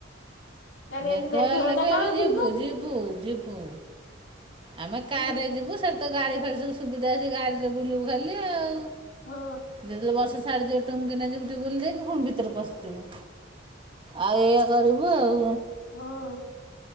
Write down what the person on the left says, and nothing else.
କାଲି
ଏମିତି
କଣ
ବୁଲିବ
ହୁଁ
ହୁଁ
ହଁ।